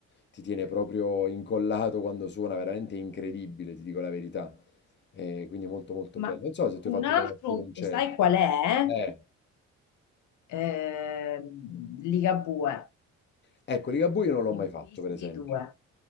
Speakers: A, on the left; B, on the left.
A: ti tiene proprio incollato quando suona, veramente incredibile, ti dico la verità. Eh, quindi molto molto
B: Ma
A: bello. Non so se tu
B: un
A: hai fatto
B: altro,
A: poi altri concerti.
B: sai qual è?
A: Eh.
B: Ehm, Ligabue.
A: Ecco, Ligabue io non l'ho
B: Ne
A: mai
B: ho
A: fatto,
B: visti
A: per esempio.
B: due,